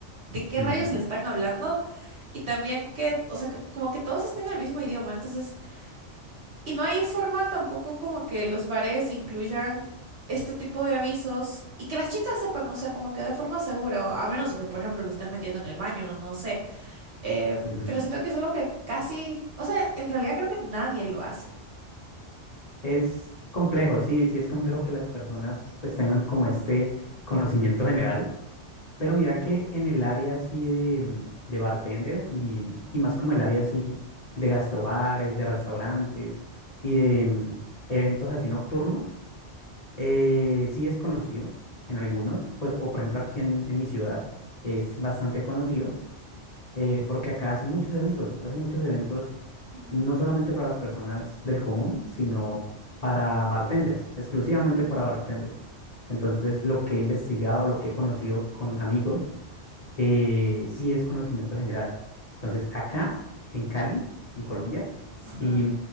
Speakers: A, on the right; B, on the left.
A: de qué
B: ujú,
A: rayos le están hablando. Y también que, o sea, que como que todos estén en el mismo idioma. Entonces, y no hay forma tampoco como que los bares incluyan este tipo de avisos y que las chicas sepan, o sea, como que de forma segura, o a menos de que, por ejemplo, lo estén metiendo en el baño, no, no sé. Eh,
B: ujú.
A: pero siento que es algo que casi, o sea, en realidad creo que nadie lo hace.
B: Es complejo, sí, sí es complejo que las personas pues tengan como este conocimiento general Pero mira que en el área así de, mm, de bartenders y, y más como el área así de gastrobares, de restaurantes y de mm, eventos así nocturnos, eh, sí es conocido en algunos, pues, o por ejemplo aquí en, en mi ciudad es bastante conocido eh, porque acá hacen muchos eventos, hacen muchos eventos
A: Ujú,
B: no solamente para las personas del común, sino para bartenders, exclusivamente para bartenders. Entonces, lo que he investigado, lo que he conocido con amigos, eh, sí es conocimiento general. Entonces, acá, en Cali, en Colombia, sí
A: ujú.